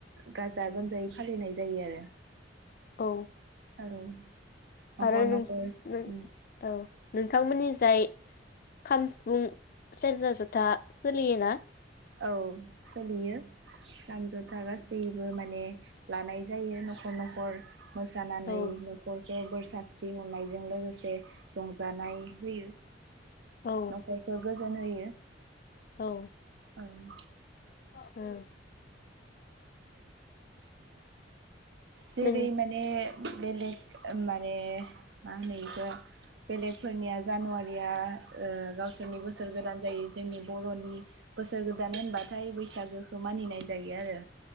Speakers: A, on the right; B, on the left.
A: गास गाजा गोमजायै फालिनाय जायो आरो
B: औ
A: औ नखर
B: आरो
A: नखर
B: नों नों
A: उम
B: औ नोंथांमोननि जाय खाम सिफुं सेरजा जथा सोलियो ना?
A: औ सोलियो खाम जथा गा सैबो माने लानाय जायो न'खर न'खर मोसानानै
B: औ
A: न'खर बोर सानस्रि हरनायजों लोगोसे रंजानाय होयो
B: औ
A: नखरखौ गो जोन होयो
B: औ
A: ओं
B: ओ
A: जेरै
B: नों
A: माने बेलेग माने मा होनो इखौ बेलेगफोरनिया जानुवारिया ओ गावसोरनि बोसोर गोदान जायो जोंनि बर'नि बोसोर गोदान होनबाथाय बैसागोखौ मानिनाय जायो आरो।